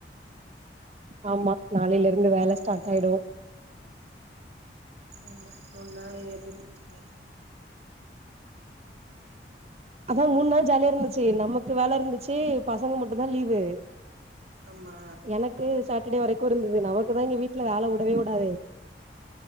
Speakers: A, on the right; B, on the right.
A: ஆமா நாளையில இருந்து வேல ஸ்டார்ட்
B: ம்
A: ஆயிடும்
B: ஆமா மூண் நாள் லீவு எப்டி போச்சி
A: அதா மூண் நாள் ஜாலியா இருந்துச்சு நமக்கு வேல இருந்துச்சு பசங்க மட்டுந்தா லீவு
B: ஆமா
A: எனக் கு சாட்டர்டே வரைக்கு இருந்தது நமக்கு தா இங்க வீட்ல வேல வுடவே வுடாதே